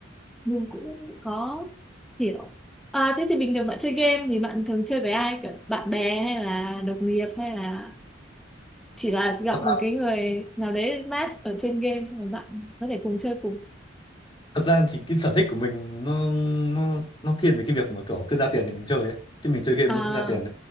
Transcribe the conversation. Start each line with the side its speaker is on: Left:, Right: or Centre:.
Centre: mình cũng có hiểu à, thế thì bình thường bạn chơi game thì bạn thường chơi với ai kiểu bạn bè hay là đồng nghiệp hay là chỉ là gặp
Left: thật
Centre: một cái người nào đấy match ở trên game xong rồi bạn có thể cùng chơi cùng
Left: thật ra thì cái sở thích của mình nó nó nó thiên về cái việc mà kiểu cứ ra tiền thì mình chơi ấy chứ mình chơi game
Centre: à
Left: nó cũng ra tiền